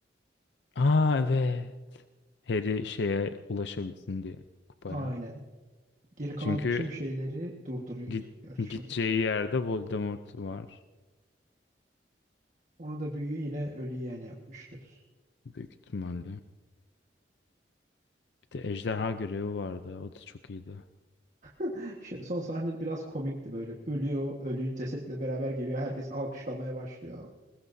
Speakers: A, on the left (about 75°); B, on the right (about 45°).
A: Aa evet. Harry şeye ulaşabilsin diye kupaya.
B: Aynen. Geri kalan
A: Çünkü
B: tüm şeyleri durduruyordu
A: git,
B: yarışmacı.
A: gideceği yerde Voldemort var.
B: Ona da büyüyü yine ölü yeğen yapmıştır.
A: Büyük ihtimalle. Bir de ejderha görevi vardı. O da çok iyiydi.
B: <laughs> Şey, son sahnede biraz komikti böyle. Ölüyor, ölü cesetle beraber geliyor. Herkes alkışlamaya başlıyor.